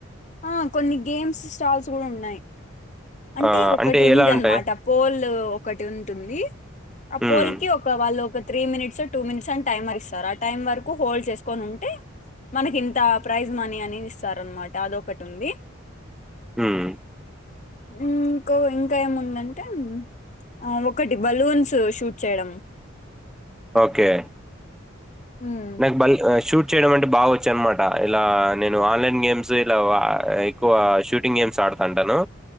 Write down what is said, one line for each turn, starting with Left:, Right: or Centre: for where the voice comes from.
Left: ఆ కొన్ని గేమ్స్ స్టాల్స్ కూడా ఉన్నాయి అంటే
Centre: ఆ
Left: ఒకటి ఉంది
Centre: ఎలా ఉంటాయి
Left: అనమాట పోల్ ఒకటి ఉంటుంది ఆ పోల్
Centre: ఉమ్
Left: కి వాళ్ళు ఒక త్రీ మినిట్స్ టూ మినిట్స్ అని టైమర్ ఇస్తారు ఆ టైమ్ వరకు హోల్డ్ చేసుకుని ఉంటే మనకి ఇంత ప్రైజ్ మనీ అనిది ఇస్తారనమాట అదొకటి ఉంది
Centre: హుమ్
Left: ఇంకో ఇంకా ఏముందంటే ఆ ఒకటి బలూన్స్ షూట్ చేయడం
Centre: ఓకే
Left: ఉమ్
Centre: నాక్ బల్ ఆ షూట్ చేయడం అంటే బాగా వచ్చు అనమాట ఇలా నేను ఆన్లైన్ గేమ్స్ ఇలా ఆ ఎక్కువ షూటింగ్ గేమ్స్ ఆ డతాంటను